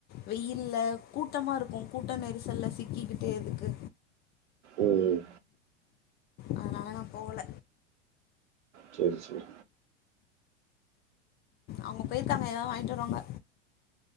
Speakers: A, on the left; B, on the right.
A: வெயில கூட்டமா இருக்கும் கூட்ட நெரிசல்ல சிக்கிக்கிட்டு எதுக்கு
B: ம்
A: அதனால நா போகல
B: செரி செரி
A: அவங்க போயிருக்காங்க ஏதாவது வாங்கிட்டு வருவாங்க